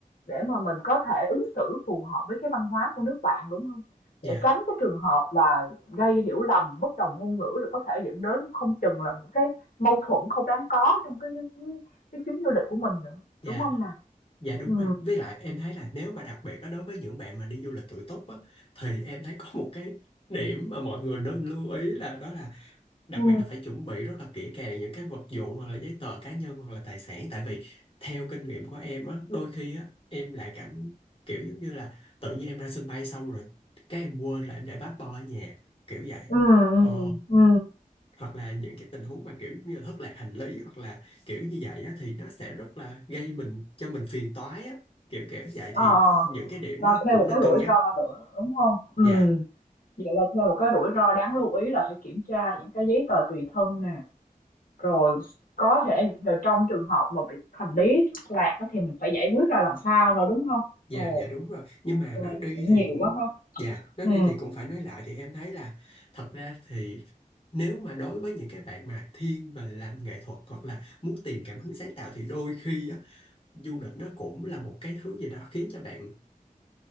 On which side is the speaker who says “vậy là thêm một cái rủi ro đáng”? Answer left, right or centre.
Left